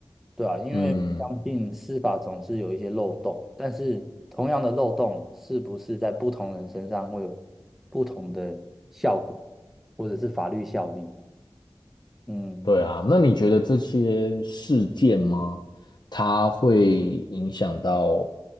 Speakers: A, in the centre; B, on the left.
A: 对啊，因为我相信司法总是有一些漏洞，
B: 嗯，
A: 但是同样的漏洞是不是在不同人身上会有不同的效果，或者是法律效力？嗯。
B: 对啊，那你觉得这些事件吗？它会影响到